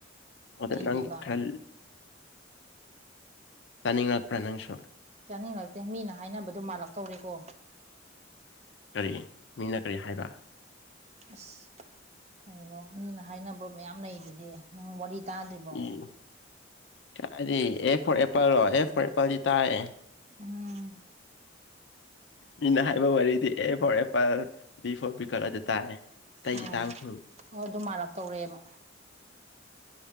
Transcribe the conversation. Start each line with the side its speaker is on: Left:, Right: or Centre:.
Left: ꯑꯗ
Right: ꯂꯩꯗꯤꯕ
Left: ꯅꯪ ꯈꯔ ꯇꯥꯅꯤꯡꯉꯛꯄ꯭ꯔꯥ ꯅꯪꯁꯨ
Right: ꯆꯥꯅꯤꯡꯂꯛꯇꯦ ꯃꯤꯅ ꯍꯥꯏꯅꯕꯗꯣ ꯃꯥꯜꯂꯛꯇꯧꯔꯦꯀꯣ
Left: ꯀꯔꯤ ꯃꯤꯅ ꯀꯔꯤ ꯍꯥꯏꯕ
Right: ꯑꯁ ꯀꯩꯅꯣ ꯃꯤꯅ ꯍꯥꯏꯅꯕ ꯃꯌꯥꯝ ꯂꯩꯗꯨꯗꯤ ꯅꯪ ꯋꯥꯔꯤ ꯇꯥꯗ꯭ꯔꯤꯕꯣ
Left: ꯎꯝ ꯀꯔꯤ ꯑꯦ ꯐꯣꯔ ꯑꯦꯄꯜꯂꯣ ꯑꯦ ꯐꯣꯔ ꯑꯦꯄꯜꯗꯤ ꯇꯥꯏꯌꯦ
Right: ꯎꯝ
Left: ꯃꯤꯅ ꯍꯥꯏꯕ ꯋꯥꯔꯤꯗꯤ A for apple B for ꯕꯤꯄꯜ ꯑꯗꯨ ꯇꯥꯏꯌꯦ ꯇꯩꯏ
Right: ꯑꯣ
Left: ꯇꯥꯡ ꯐꯨꯔꯨ
Right: ꯑꯣ ꯑꯗꯨ ꯃꯥꯜꯂꯛꯇꯧꯔꯦꯕ